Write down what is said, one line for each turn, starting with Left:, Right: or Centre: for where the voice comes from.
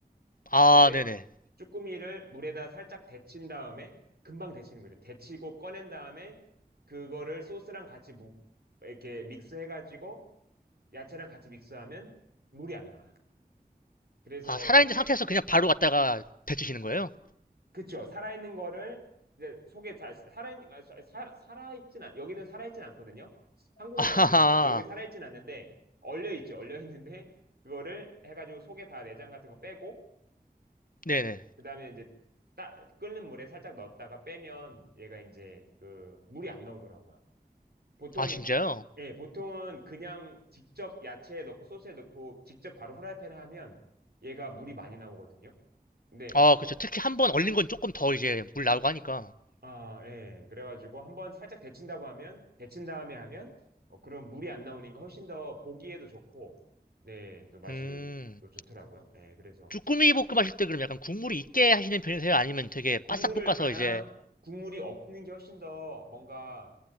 Left: 아
Right: 근데
Left: 네네
Right: 쭈꾸미를 물에다 살짝 데친 다음에, 금방 데치는 거죠. 데치고 꺼낸 다음에, 그거를 소스랑 같이 무, 이렇게 믹스해가지고, 야채랑 같이 믹스하면 물이 안 나와요. 그래서,
Left: 아 살아있는 상태에서 그냥 바로 왔다가 데치시는 거예요?
Right: 그쵸. 살아있는 거를 이제 속에 잘 살아 아, 사- 사- 살아있진 않 여기는 살아있진 않거든요. 한국은
Left: <laughs> 아하하
Right: 잘 모르겠네. 여기 살아있진 않는데 얼려 있죠. 얼려 있는데 그거를 해가지고 속에 다 내장 같은 거 빼고
Left: 네네
Right: 그다음에 이제 따, 끓는 물에 살짝 넣었다가 빼면 얘가 이제 그 물이 안 나오더라고요. 보통
Left: 아 진짜요?
Right: 예, 보통은 그냥 직접 야채에 넣고 소스에 넣고 직접 바로 후라이팬에 하면 얘가 물이 많이 나오거든요. 근데
Left: 아 그렇죠 특히 한번 얼린 건 조금 더 이제 물 나오고 하니까
Right: 아, 예. 그래가지고 한번 살짝 데친다고 하면, 데친 다음에 하면, 어, 그럼 물이 안 나오니까 훨씬 더 보기에도 좋고, 네, 또 맛이
Left: 음
Right: 또 좋더라고요. 네, 그래서
Left: 쭈꾸미 볶음 하실 때 그럼 약간 국물이 있게 하시는 편이세요? 아니면 되게 바싹
Right: 국물을
Left: 볶아서
Right: 안
Left: 이제
Right: 하, 국물이 없는 게 훨씬 더 뭔가